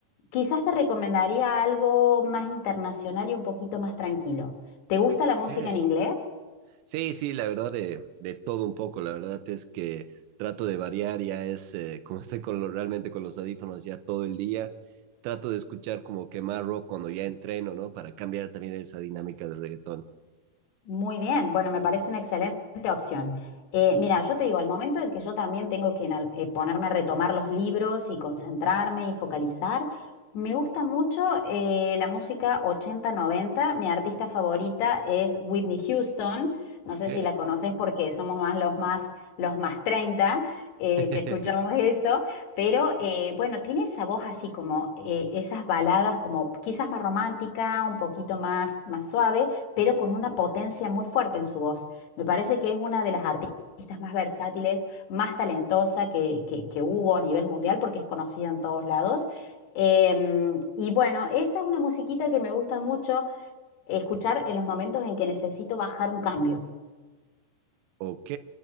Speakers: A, on the left (about 65°); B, on the right (about 85°).
A: quizás te recomendaría algo más internacional y un poquito más tranquilo. ¿Te gusta la música
B: ok.
A: en inglés?
B: Sí, sí, la verdad de, de todo un poco, la verdad es que trato de variar, ya es, eh, como <laughs> estoy con lo- realmente con los audífonos ya todo el día, trato de escuchar como que más rock cuando ya entreno, ¿no? Para cambiar también esa dinámica del reggaetón.
A: Muy bien, bueno, me parece una excelente opción. Eh, mira, yo te digo, al momento en que yo también tengo que en al- eh, ponerme a retomar los libros y concentrarme y focalizar, me gusta mucho eh, la música ochenta noventa. Mi artista favorita es Whitney Houston.
B: Ok,
A: No sé si la conocés porque somos más los más, los más 30 eh,
B: <laughs>
A: que escuchamos eso, pero eh, bueno, tiene esa voz así como eh, esas baladas como quizás más romántica, un poquito más, más suave pero con una potencia muy fuerte en su voz. Me parece que es una de las artistas más versátiles, más talentosa que, que- que hubo a nivel mundial porque es conocida en todos lados. Em, y bueno, esa es una musiquita que me gusta mucho escuchar en los momentos en que necesito bajar un cambio.
B: ok,